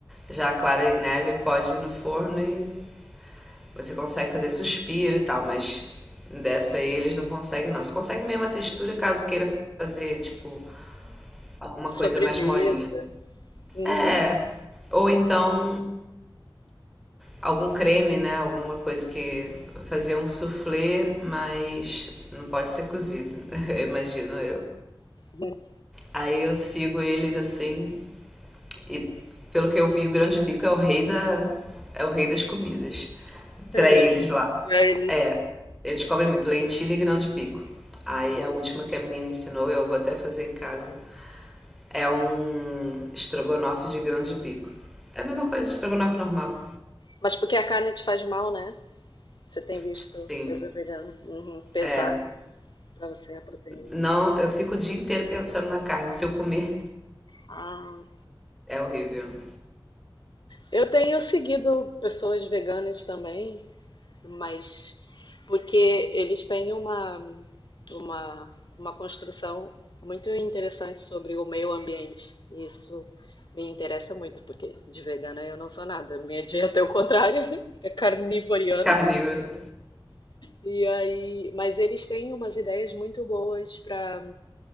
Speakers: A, in the centre; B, on the left (about 60°).
A: Já a clara e neve pode ir no forno e você consegue fazer suspiro e tal, mas dessa aí eles não conseguem não. Só consegue mesmo a textura caso queira fazer, tipo, alguma
B: Uma
A: coisa
B: sobremesa.
A: mais molinha.
B: Uhum.
A: É. Ou então algum creme, né? Alguma coisa que. Fazer um soufflé, mas não pode ser cozido, <laughs> imagino eu.
B: Uhum.
A: Aí eu sigo eles assim, e pelo que eu vi, o grão de bico é o rei da. é o rei das comidas.
B: É
A: Pra
B: mesmo.
A: eles lá.
B: Pra eles.
A: É. Eles comem muito lentilha e grão de bico. Aí a última que a menina ensinou, eu vou até fazer em casa, é um estrogonofe de grão de bico. É a mesma coisa, estrogonofe normal.
B: Mas porque a carne te faz mal, né? Você tem visto
A: Sim,
B: coisa vegana. Uhum. Pesado
A: é.
B: pra você a proteína.
A: Não, eu fico o dia inteiro pensando na carne. Se eu comer,
B: Ah,
A: é horrível.
B: eu tenho seguido pessoas veganas também mas porque eles têm uma, uma, uma construção muito interessante sobre o meio ambiente. E isso me interessa muito, porque de vegana eu não sou nada. Minha dieta é o contrário, <laughs> é carnivoriana.
A: Carnívoro.
B: E aí, mas eles têm umas ideias muito boas para